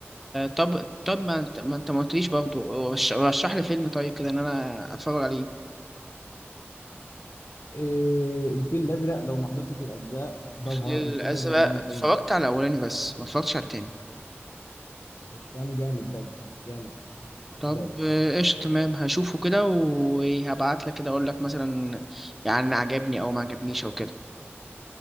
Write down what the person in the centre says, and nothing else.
طب طب ما انت ما انت ما قلتليش برضه رش- رشح لي فيلم طيب كده ان انا اتفرج عليه
الفيل الازرق
اتفرجت
على الاولاني بس ما اتفرجتش على التاني
طب
آه، قشطة تمام هشوفه كده وهبعت لك كده اقول لك مثلا يعني عجبني او ما عجبنيش او كده